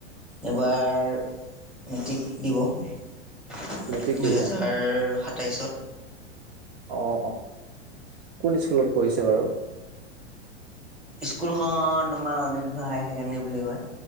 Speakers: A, in the centre; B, on the right (about 45°).
A: এইবাৰ মেট্ৰিক দিব। দুহেজাৰ
B: মেট্ৰিক দিব অ
A: আ, সাতাইছত।
B: অ', অ'। কোন স্কুলত পঢ়িছে বাৰু?
A: স্কুলখন তোমাৰ অনিৰুদ্ধ হায়াৰ ছেকেণ্ডেৰী বুলি কয়।